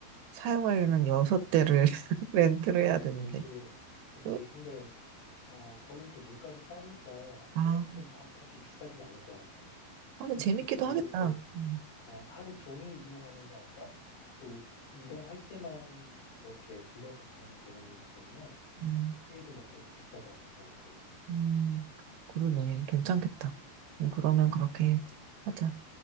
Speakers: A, on the right; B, on the left.
A: 사용하려면 여섯 대를 <laughs> 렌트를 해야 되는데.
B: 그치, 그치.
A: 어?
B: 근데 어, 거긴 또 물가도 싸니까
A: 아,
B: 그것도 막 그렇게 비싸진 않을 것 같아.
A: 아, 근데 재밌기도
B: 그리고
A: 하겠다.
B: 또,
A: 음,
B: 어, 하루 종일 이용하는 게 아니라 또 이동할 때만 이렇게 불러서 가는 개념이기 때문에
A: 음,
B: 페이도 막 그렇게 비싸지 않을 것 같고,
A: 음, 그러네. 괜찮겠다. 음, 그러면
B: 응.
A: 그렇게 하자.